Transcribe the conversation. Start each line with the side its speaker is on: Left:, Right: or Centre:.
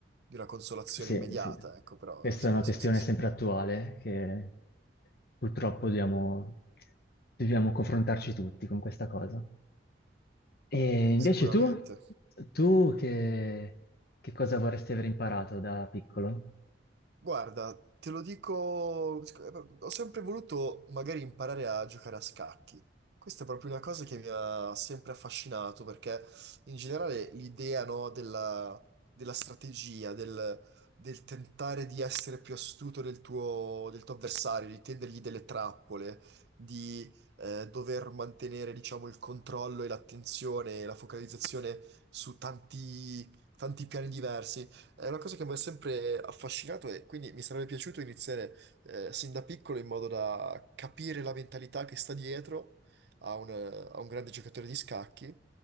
Right: di una consolazione
Left: Sì,
Right: immediata,
Left: sì.
Right: ecco, però
Left: Questa
Right: sì,
Left: è una
Right: sì,
Left: questione
Right: sì, sì,
Left: sempre attuale che purtroppo dobbiamo, dobbiamo confrontarci tutti con questa cosa. E invece
Right: sicuramente.
Left: tu, tu che, che cosa vorresti aver imparato da piccolo?
Right: Guarda, te lo dico, ho sempre voluto magari imparare a giocare a scacchi. Questa è proprio una cosa che mi ha sempre affascinato perché in generale l'idea, no, della, della strategia, del, del tentare di essere più astuto del tuo, del tuo avversario, di tendergli delle trappole, di eh, dover mantenere, diciamo, il controllo e l'attenzione e la focalizzazione su tanti tanti piani diversi. È una cosa che mi ha sempre affascinato e quindi mi sarebbe piaciuto iniziare eh, sin da piccolo in modo da capire la mentalità che sta dietro a un, a un grande giocatore di scacchi